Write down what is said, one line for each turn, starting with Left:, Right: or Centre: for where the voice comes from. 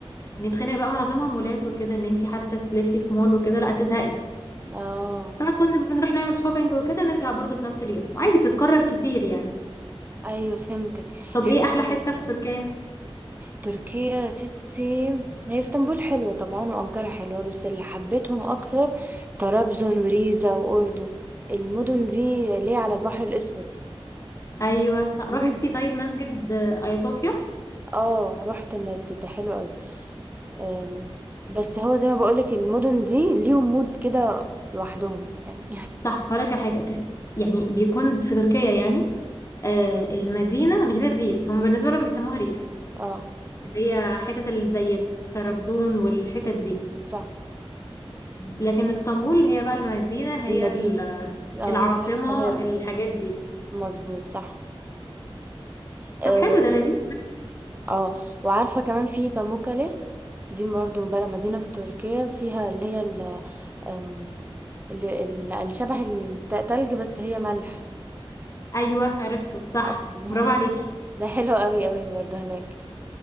Left: نتخانق بقى معظمها مولات وكده ان انت حتى تلفي في مول وكده لا هتزهقي
Right: اه
Left: فكنا بنروح نعمل شوبينج وكده نرجع برضه في نفس اليوم وعادي بتتكرر كتير يعني
Right: ايوه فهمتك
Left: طب
Right: حلو
Left: ايه احلى
Right: قوي
Left: حتة في تركيا
Right: تركيا يا ستي هي اسطنبول حلوة طبعا وأنقرة حلوة بس اللي حبيتهم أكتر طرابزون وريزا وأردو المدن دي ليه على البحر الأسود
Left: ايوه صح.
Right: مد
Left: رحتي طيب مسجد آه، ايا صوفيا
Right: اه رحت المسجد ده حلو قوي أم، بس هو زي ما بقولك المدن دي ليهم مود كده لوحدهم يعني
Left: صح هقولك على حاجة تف... يعني بيكون في تركيا يعني آه المدينة غير الريف هم بالنسبة لهم بيسموها ريف
Right: <laughs> اه
Left: اللي هي حتت ال- زي طرابزون والحتت دي
Right: صح
Left: لكن اسطنبول هي بقى المدينة
Right: المدينة
Left: هي ال-
Right: اه
Left: العاصمة
Right: زي القاهرة
Left: الحاجات
Right: كده
Left: دي
Right: مظبوط صح اه
Left: طب حلو ده لذيذ
Right: آه. وعارفة كمان في باموكالي دي برضه بلد مدينة في تركيا فيها اللي هي ال- أم، اللي اللي شبه التلج بس هي ملح
Left: أيوه عرفته صح
Right: أو- <laughs>
Left: برافو عليكي
Right: ده حلو قوي قوي برضه هناك